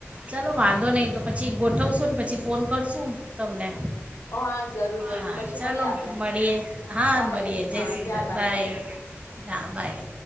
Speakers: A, on the right; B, on the left.
A: ચાલો વાંધો નહીં તો પછી ગોઠવશું ને પછી ફોન કરશું તમને
B: હા જરૂર જરૂર
A: હા
B: પછી
A: ચાલો
B: મળીએ આપડે
A: મળીએ હા
B: બાય
A: મળીએે જય
B: હા
A: કૃષ્ણ
B: ધ્યાન રાખજો
A: બાય, હા બાય.